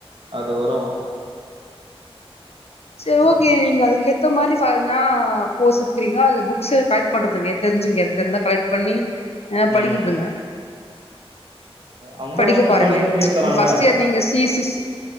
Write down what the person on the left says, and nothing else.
சேரி ஓகே நீங்க அதுக்கு ஏத்த மாரி ஃபைனா கோர்ஸ் எடுத்துக்கிறீங்க அது புக்ஸ் எத கலெக்ட் பண்றதுங்க தெரிஞ்சு கேட்டுட்டே இருந்தா கலெக்ட் பண்ணி அ
படிக்கிறதுங்க
படிக்க
பாருங்க
ஃபஸ்ட் இயர் நீங்க சி சி